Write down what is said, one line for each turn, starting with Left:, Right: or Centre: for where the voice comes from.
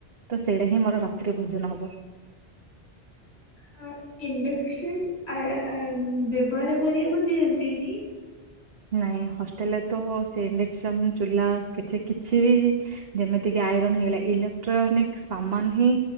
Right: ତ ସେଇଟା ହିଁ ମୋର ରାତ୍ରି ଭୋଜନ ହବ।
Left: ହଁ ଇଣ୍ଡକ୍ସନ୍ ଆର ଆର ଉଁ ବେବହାର କରିବାକୁ ଦିଅନ୍ତିନି।
Right: ନାଇଁ ହଷ୍ଟେଲରେ ତ ସେ ଇଣ୍ଡେକ୍ସନ ଚୁଲା ସ୍ କିଛି କିଛି ବି ଯେମିତିକି ଆଇରନ୍ ହେଇଗଲା ଇଲୋକ୍ଟ୍ରୋନିକ୍ ସାମାନ୍ ହିଁ